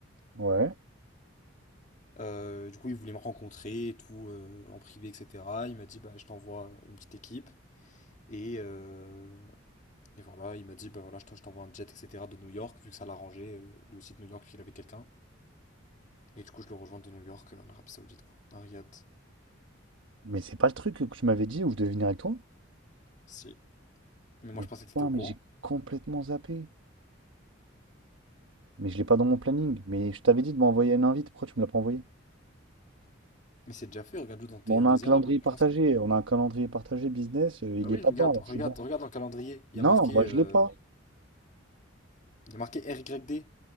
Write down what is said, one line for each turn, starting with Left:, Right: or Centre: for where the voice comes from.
Right: Ouais.
Left: Euh, du coup, il voulait me rencontrer et tout, euh, en privé, etc. Il m'a dit, bah, je t'envoie une petite équipe. Et, euh, Et voilà, il m'a dit, bah voilà, je t'en- je t'envoie un jet, etc. de New York, vu que ça l'arrangeait, euh, lui aussi de New York, qu'il avait quelqu'un. Et du coup, je le rejoins de New York, euh, en Arabie Saoudite, quoi. À Riyad.
Right: Mais c'est pas le truc que tu m'avais dit où je devais venir avec toi?
Left: Si. Mais moi,
Right: Mais
Left: je pensais
Right: putain,
Left: que t'étais au courant.
Right: mais j'ai complètement zappé. Mais je l'ai pas dans mon planning. Mais je t'avais dit de m'envoyer une invite, pourquoi tu me l'as pas envoyé?
Left: Mais c'est déjà fait, regarde-le dans tes
Right: Mais on
Left: indésirables.
Right: a un calendrier partagé,
Left: Je pense que-
Right: on a un calendrier partagé business, euh,
Left: Bah
Right: il
Left: oui,
Right: est pas
Left: regarde,
Right: dedans là,
Left: regarde,
Right: je suis devant.
Left: regarde dans le calendrier. Il
Right: Non,
Left: y a marqué,
Right: moi
Left: euh,
Right: je l'ai pas.
Left: il y a marqué RYD.